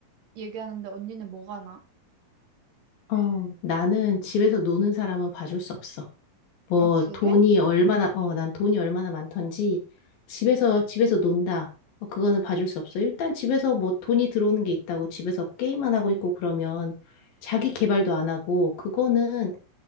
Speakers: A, on the right; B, on the left.
A: 얘기하는데 언니는 뭐가 나?
B: 어, 나는 집에서 노는 사람은 봐줄 수 없어. 뭐,
A: 아, 그래?
B: 돈이 얼마나, 어, 난 돈이 얼마나 많던지, 집에서, 집에서 논다. 어, 그거는 봐줄 수 없어. 일단 집에서 뭐 돈이 들어오는 게 있다고 집에서 게임만 하고 있고 그러면 자기 개발도 안 하고, 그거는